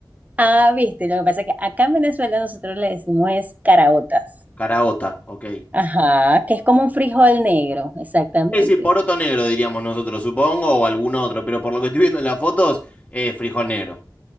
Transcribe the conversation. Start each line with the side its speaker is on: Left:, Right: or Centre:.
Right: Ah, viste, lo que pasa es que acá en Venezuela nosotros le decimos es caraotas.
Left: caraota, ok.
Right: Ajá, que es como un frijol negro, exactamente.
Left: Sí, sí, poroto negro diríamos nosotros, supongo, o algún otro, pero por lo que estoy viendo en las fotos, eh, frijol negro.